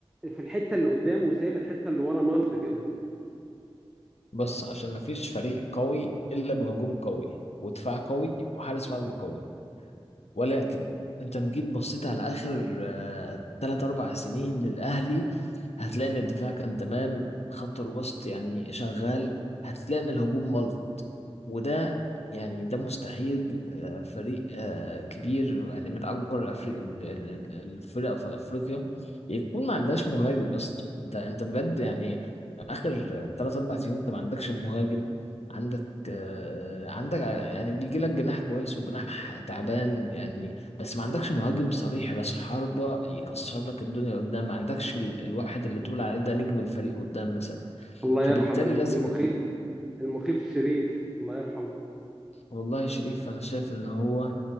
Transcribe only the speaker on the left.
بص عشان مفيش فريق قوي إلا بهجوم قوي ودفاع قوي وحارس مرمى قوي ولكن انت لو جيت بصيت على آخر آه، تلات أربع سنين للأهلي هتلاقي إن الدفاع كان تمام خط الوسط يعني شغال هتلاقي إن الهجوم ملط وده يعني ده مستحيل آه، فريق آه، كبير يعني من اكبر أفري- ال- ال- ال- الفرق في افريقيا يكون ما عندهاش مهاجم يا اسطى انت انت بجد يعني اخر 3 4 سنين انت ما عندكش مهاجم عندك آه، عندك ع- يعني بيجي لك جناح كويس وجناح تعبان يعني بس ما عندكش مهاجم صريح راس حربة يكسر لك الدنيا قدام ما عندكش ال- الواحد اللي تقول عليه ده نجم الفريق قدام مثلا
فبالتالي
لازم
والله شريف انا شايف ان هو